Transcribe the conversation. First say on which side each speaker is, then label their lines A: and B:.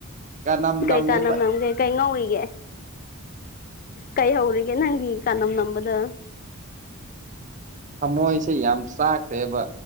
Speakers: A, on the right; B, on the left.
A: ꯀꯅꯝ
B: ꯀꯩ
A: ꯅꯝꯃꯦꯕ
B: ꯀꯥꯟꯅ ꯅꯒꯦ ꯀꯩ ꯉꯧꯏꯒꯦ ꯀꯩ ꯍꯧꯔꯤꯒꯦ ꯅꯪꯒꯤ ꯀꯅꯝ ꯅꯝꯕꯗ
A: ꯊꯃꯣꯏꯁꯦ ꯌꯥꯝ ꯆꯥꯈ꯭ꯔꯦꯕ